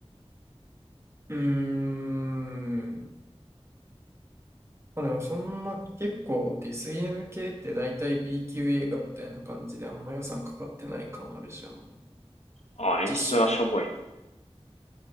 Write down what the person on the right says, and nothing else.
うーん。まあでもそんな結構デスゲーエム系って大体 B 級映画みたいな感じであんま予算かかってない感あるじゃん。
実写。